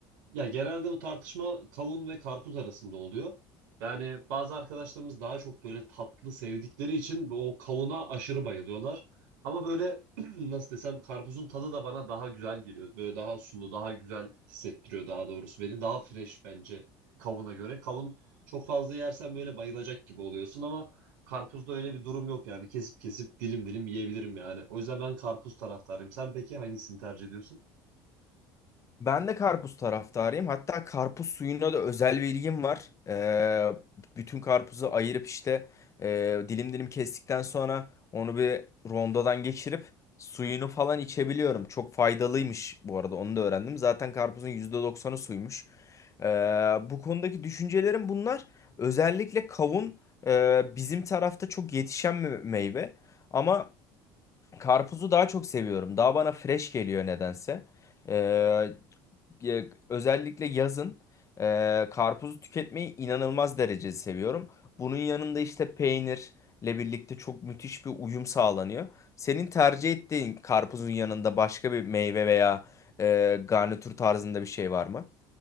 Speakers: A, on the right (about 85°); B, on the left (about 30°).
A: Ya genelde bu tartışma kavun ve karpuz arasında oluyor. Yani bazı arkadaşlarımız daha çok böyle tatlı sevdikleri için o kavuna aşırı bayılıyorlar. Ama böyle <clears throat> nasıl desem karpuzun tadı da bana daha güzel geliyor. Böyle daha sulu, daha güzel hissettiriyor daha doğrusu beni. Daha fresh bence kavuna göre. Kavun çok fazla yersen böyle bayılacak gibi oluyorsun ama karpuzda öyle bir durum yok yani. Kesip kesip dilim dilim yiyebilirim yani. O yüzden ben karpuz taraftarıyım. Sen peki hangisini tercih ediyorsun?
B: Ben de karpuz taraftarıyım. Hatta karpuz suyuna da özel bir ilgim var. Ee, bütün karpuzu ayırıp işte e, dilim dilim kestikten sonra onu bir rondodan geçirip suyunu falan içebiliyorum. Çok faydalıymış bu arada onu da öğrendim. Zaten karpuzun yüzde doksanı suymuş. Ee, bu konudaki düşüncelerim bunlar. Özellikle kavun e, bizim tarafta çok yetişen bir meyve. Ama... Karpuzu daha çok seviyorum. Daha bana fresh geliyor nedense. Ee, ya- özellikle yazın e, karpuzu tüketmeyi inanılmaz derecede seviyorum. Bunun yanında işte peynirle birlikte çok müthiş bir uyum sağlanıyor. Senin tercih ettiğin karpuzun yanında başka bir meyve veya e, garnitür tarzında bir şey var mı?